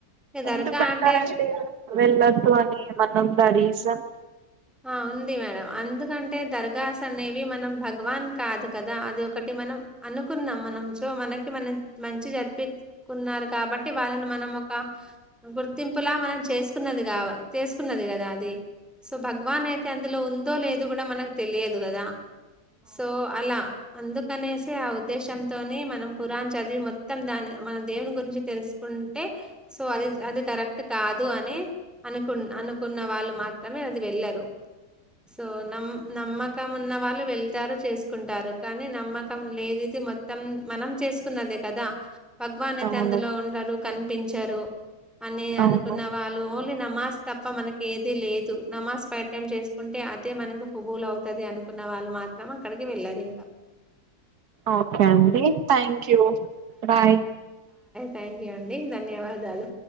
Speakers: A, in the centre; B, on the right (about 85°).
A: ఇగ దర్గా
B: ఎందుకంటారంటడి
A: అంటే
B: వెళ్లొద్దు అని మనం ద రీజన్
A: ఆ ఉంది మేడం అందుకంటే దర్గాస్ అనేవి మనం భగవాన్ కాదు కదా అది ఒకటి మనం అనుకున్నాం మనం సో మనకి మనం మంచి జరిపించుకున్నారు కాబట్టి వాళ్ళని మనం ఒక గుర్తింపులా మనం చేసుకున్నది కా చేసుకున్నది కదా అది సో భగవాన్ అయితే అందులో ఉందో లేదో కూడా మనకు తెలియదు కదా సో అలా అందుకనేసే ఆ ఉద్దేశంతోని మనం ఖురాన్ చదివి మొ త్తం దాని మన దేవుని గురించి తెలుసుకుంటే సో అది అది కరెక్ట్ కాదు అనె అనుకు అనుకున్న వాళ్ళు మాత్రమే వెళ్ళరు సో నమ్ నమ్మకం ఉన్న వాళ్ళు వెళ్తారు చేసుకుంటారు కానీ నమ్మకం లేనిది మొత్తం మనం చేసుకున్నదే కదా భగవాన్ అయితే
B: అవును
A: అందులో ఉండరు కనిపించరు అని అనుకున్న
B: అవును
A: వాళ్ళు ఓన్లీ నా మాస్క్ తప్ప మనకి ఏది లే నమాజ్ పెట్ట టైం చేసుకుంటే అదే మనకు హుబవులు అవుతది అను కున్న వాళ్ళు మాత్రం అక్కడికి వెళ్ళారు ఇంకా
B: ఓకే అండి థ్యాంక్యూ బాయ్
A: థ్యాంక్యూ అండి ధన్యవాదాలు